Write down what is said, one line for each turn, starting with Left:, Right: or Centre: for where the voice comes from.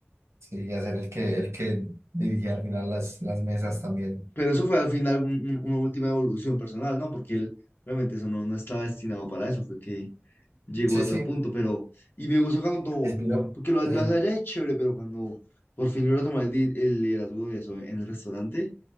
Right: Sí, y hacer el que, el que dirigía al final las, las mesas también.
Left: Pero eso fue al final un- un- una última evolución personal, ¿no? Porque él realmente eso no, no estaba destinado para eso, fue que llegó
Right: Sí,
Left: a
Right: sí,
Left: tal punto, pero... Y me gustó cuando...
Right: expiró.
Left: Porque lo,
Right: <laughs>
Left: lo hace allá es chévere, pero cuando por fin logra tomar el, di- el liderazgo de eso en el restaurante,